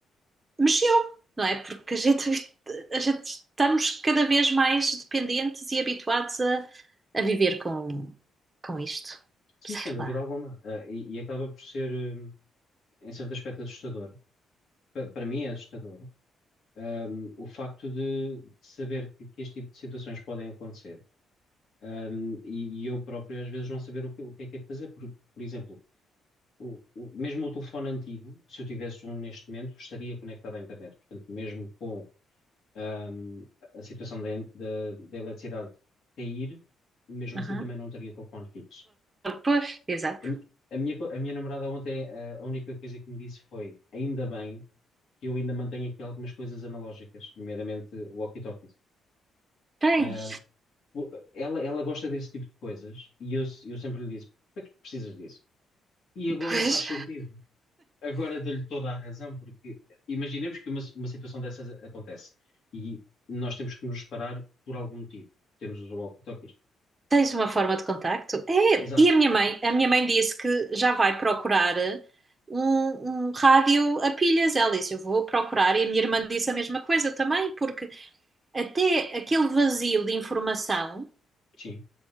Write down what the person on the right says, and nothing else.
mexeu, não é? Porque a gente,
a gente estamos cada vez mais dependentes e habituados a, a viver com, com isto.
Sei
lá.
Aham.
Pois, exato.
Tens,
pois,
tens uma forma de contacto. É,
e a minha mãe, a minha mãe disse que já vai procurar um, um rádio a pilhas. Ela disse, eu vou procurar, e a minha irmã disse a mesma coisa também, porque até aquele vazio de informação